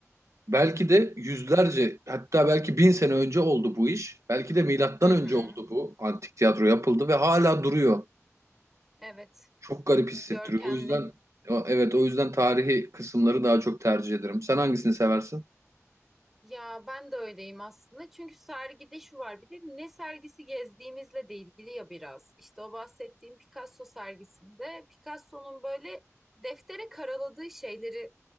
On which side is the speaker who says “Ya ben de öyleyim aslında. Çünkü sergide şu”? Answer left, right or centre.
Centre